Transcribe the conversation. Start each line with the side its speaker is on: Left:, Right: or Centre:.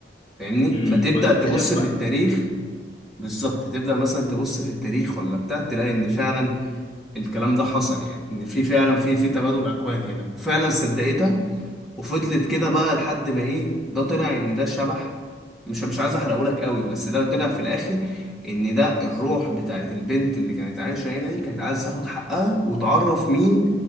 Centre: فاهمني
Left: امم
Centre: فتبدا
Left: فضلت
Centre: تبص
Left: تخاف بقى
Centre: في التاريخ بالظبط تبدا مثلا تبص في التاريخ ولا بتاع تلاقي ان فعلا الكلام ده حصل يعني ان في فعلا في في تبادل اكوان هنا فعلا صدقتها وفضلت كده بقى لحد ما ايه ده طلع ان ده شبح مش مش عايز احرقهولك قوي بس ده طلع في الاخر ان ده الروح بتاعت البنت اللي كانت عايشه هنا دي كانت عايز تاخد حقها وتعرف مين